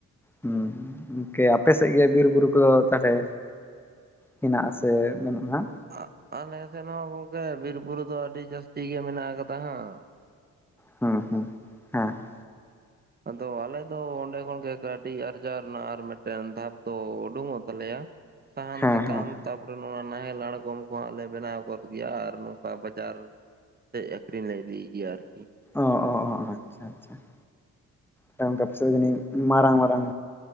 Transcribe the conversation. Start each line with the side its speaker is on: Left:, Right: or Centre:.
Centre: ᱦᱮᱸ, ᱜᱚᱢᱠᱮ ᱟᱯᱮ ᱥᱮᱜ ᱜᱮ ᱵᱤᱨ ᱵᱩᱨᱩ ᱠᱚ ᱫᱚ ᱛᱟᱦᱚᱞᱮ ᱦᱮᱱᱟᱜᱼᱟᱥᱮ ᱵᱟᱹᱱᱩᱜᱼᱟ ᱱᱟᱜ?
Right: ᱟ ᱟᱞᱮ ᱥᱮᱫ ᱦᱚᱸ ᱜᱚᱝᱠᱮ ᱵᱤᱨ ᱵᱩᱨᱩ ᱫᱚ ᱟᱹᱰᱤ ᱡᱟᱹᱥᱛᱤ ᱜᱮ ᱢᱮᱱᱟᱜ ᱟᱠᱟᱫᱟ ᱦᱟᱸᱜ ᱾
Centre: ᱦᱩᱸ ᱦᱩᱸ ᱦᱮᱸ ᱾
Right: ᱟᱫᱚ ᱟᱞᱮ ᱫᱚ ᱚᱸᱰᱮ ᱠᱷᱚᱱᱜᱮ ᱠᱟᱹᱶᱰᱤ ᱟᱨᱡᱟᱣ ᱨᱮᱱᱟᱜ ᱟᱨ ᱢᱤᱫᱴᱮᱱ ᱫᱷᱟᱯ ᱫᱚ ᱩᱰᱩᱠᱚᱜ ᱛᱟᱞᱮᱭᱟ ᱾ ᱥᱟᱦᱟᱱ
Centre: ᱦᱮᱸ
Right: ᱥᱟᱠᱟᱢ
Centre: ᱦᱮᱸ
Right: ᱛᱟᱯᱚᱨᱮ ᱱᱚᱣᱟ ᱱᱟᱦᱮᱞ ᱟᱬᱜᱚᱢ ᱠᱚᱦᱟᱸ ᱞᱮ ᱵᱮᱱᱟᱣ ᱜᱚᱫ ᱜᱮᱭᱟ ᱟᱨ ᱱᱚᱝᱠᱟ ᱵᱟᱡᱟᱨ ᱥᱮᱡ ᱟᱠᱷᱨᱤᱧ ᱞᱮ ᱤᱫᱤᱭ ᱜᱮᱭᱟ ᱟᱨᱠᱤ ᱾
Centre: ᱚ ᱚ ᱚ ᱟᱪᱪᱷᱟ ᱟᱪᱪᱷᱟ ᱾ ᱦᱮᱸ ᱚᱝᱠᱟ ᱟᱯᱮ ᱥᱮᱡ ᱫᱚ ᱡᱟᱹᱱᱤᱡ ᱢᱟᱨᱟᱝ ᱢᱟᱨᱟᱝ